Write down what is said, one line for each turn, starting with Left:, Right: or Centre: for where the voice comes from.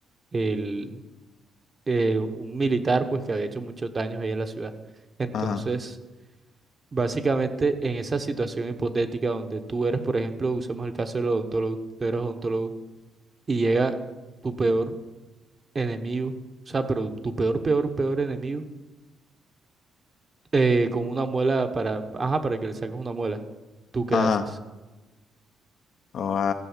Right: el, eh, un militar, pues que había hecho muchos daños ahí en la ciudad. Entonces...
Left: Ajá,
Right: Básicamente, en esa situación hipotética donde tú eres, por ejemplo, usemos el caso del odontólogo, tú eres odontólogo y llega tu peor enemigo, o sea, pero tu peor, peor, peor enemigo, eh, con una muela para, ajá, para que le saques una muela, ¿tú qué
Left: ajá.
Right: haces?
Left: O a